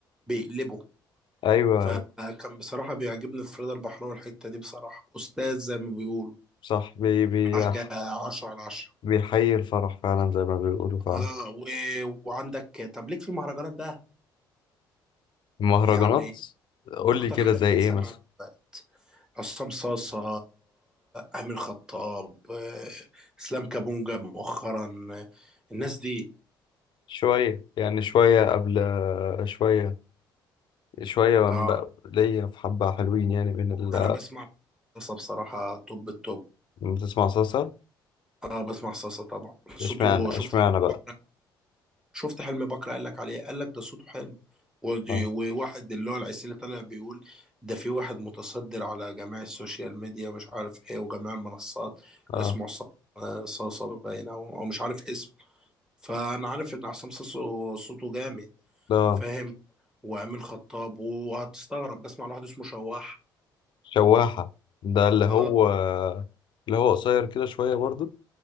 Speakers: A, in the centre; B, on the left.
A: بيقلبه
B: أيوه
A: فكان بصراحة بيعجبني فريد البحراوي الحتة دي بصراحة أستاذ زي ما بيقولوا
B: صح بي بي
A: حاجة عشرة على عشرة
B: بيحيي الفرح فعلا زي ما بيقولوا فعلا
A: اه و... وعندك طب ليك في المهرجانات بقى
B: المهرجانات
A: يعني
B: قول
A: أكتر
B: لي كده
A: حاجة
B: زي
A: بتتسمع
B: ايه مثلا
A: دلوقتي عصام صاصة أمين خطاب آه، إسلام كابونجا مؤخرا آه، الناس دي
B: شوية يعني شوية قبل شوية شوية
A: اه
B: من بقى ليا في حبة حلوين يعني من ال
A: أنا بسمع صاصة بصراحة توب التوب
B: من بتسمع صلصة
A: اه بسمع صلصة طبعا صوته
B: اشمعنى
A: شفت
B: اشمعنى
A: حلم
B: بقى
A: بكرة شفت حلم بكرة قال لك عليه قال لك ده صوته حلو ودي-
B: اه
A: وواحد اللي هو العسيلي طالع بيقول ده في واحد متصدر على جميع السوشيال ميديا مش عارف ايه وجميع المنصات
B: اه
A: اسمه عصام آه، صاصة باين او أو مش عارف اسمه فانا عارف ان عصام صاصة صوته جامد
B: ده
A: فاهم وامين خطاب وهتستغرب بسمع لواحد اسمه شواح
B: شواحة ده اللي هو
A: اه
B: اللي هو قصير كده شوية برضو